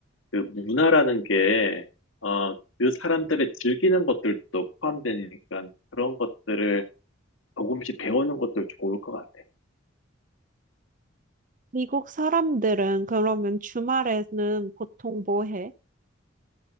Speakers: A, on the left (about 80°); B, on the right (about 40°).
A: 그 문화라는 게, 어, 그 사람들이 즐기는 것들도 포함되니까 그런 것들을 조금씩 배우는 것도 좋을 것 같아.
B: 미국 사람들은 그러면 주말에는 보통 뭐 해?